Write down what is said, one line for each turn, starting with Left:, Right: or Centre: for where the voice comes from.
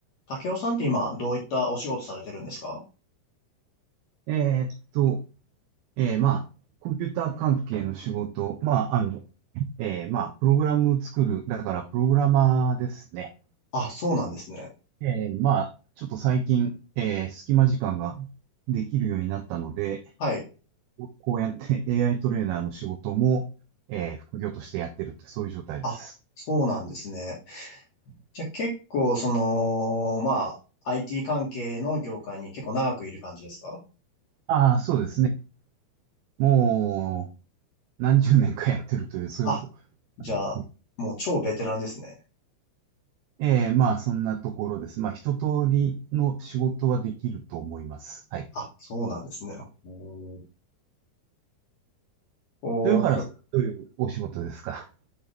Left: 竹雄さんって今、どういったお仕事されてるんですか
Right: えーっと、えーまあ、コンピューター関係の仕事、まあ、あの、えーまあ、プログラム作る、だからプログラマーですね。
Left: あ、そうなんですね。
Right: えーまあ、ちょっと最近、えー隙間時間ができるようになったので、
Left: はい。
Right: こうやって AI トレーナーの仕事も、えー副業としてやってるって、そういう状態です。
Left: あ、そうなんですね。じゃあ結構、その、まあ、IT 関係の業界に結構長くいる感じですか
Right: ああ、そうですね。もう、何十年かやってるという、そういうことなんですね
Left: あ、じゃあ、もう超ベテランですね。
Right: ええ、まあ、そんなところです。まあ、一通りの仕事はできると思います。はい。
Left: あ、そうなんですね。おーこう、
Right: 豊原さん、どういうお仕事ですか